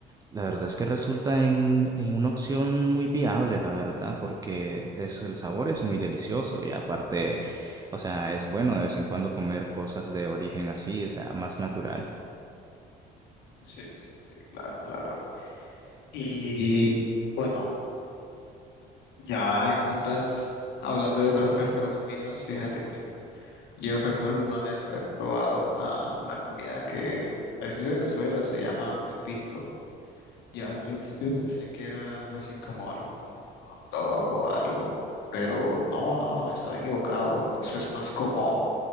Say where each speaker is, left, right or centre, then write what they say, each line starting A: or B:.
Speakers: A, on the right; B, on the left.
A: la verdad es que resulta en, en una opción muy viable, la verdad, porque es, el sabor es muy delicioso y aparte, o sea, es bueno de vez en cuando comer cosas de origen así, o sea, más natural.
B: Sí, sí, sí, claro, claro. Y bueno, ya en otras, hablando de otras gastronomías, fíjate que yo recuerdo una vez haber probado una, una comida que es de Venezuela, se llama Pepito. Yo al principio pensé que era algo así como algún dog o algo, pero no, no, no, estaba equivocado. Eso es más como,